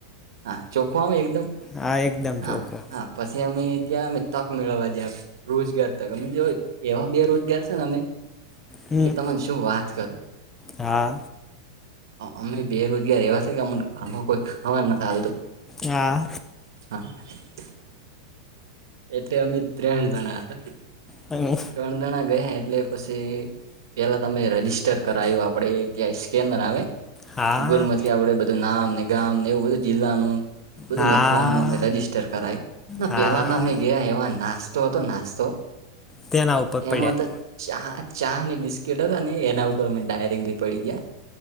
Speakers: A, on the right; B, on the left.
A: હા ચોખમ એકદમ.
B: હા એકદમ
A: હા
B: ચોખો.
A: હા પછી અમે ત્યાં અ તક મેળવવા દ્યા રોજગાર તમે જો એવા બેરોજગાર છે ને અમે.
B: હમ
A: કે તને શું વાત કરો.
B: હા
A: અમે બેરોજગાર એવા છે કે અમને આમાં કોઈ ખાવાર ના ચાલતુ.
B: હા.
A: હા. એટલે અમે ત્રણ જણા હતા.
B: હ હમ.
A: ત્રણ દણા ગયા એટલે પછી પેલા તમે રજીસ્ટર કરાયું આપડે ત્યાં સ્કેનર આવે
B: હા
A: ગૂગલ માંથી આવડે બધું નામ ને ગામ ને એવું બધું જિલ્લાનું. બધું
B: હા
A: લખવાનું અમે રજીિસ્ટર કરાય ના
B: હા
A: પેલા અમે એવા નાસ્તો હતો નાસ્તો
B: તેના ઉપર પડ્યા
A: એમાં તો ચા ચા ને બિસ્કીટ હતા ને એના ઉપર અમે ડાયરેક્ટલી પડી ગયા.